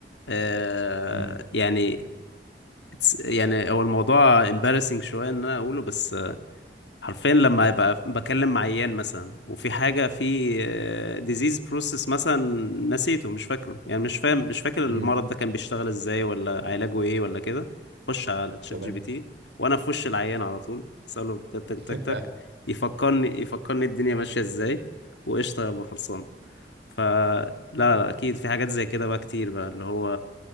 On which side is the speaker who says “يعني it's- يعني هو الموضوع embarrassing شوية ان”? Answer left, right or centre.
Left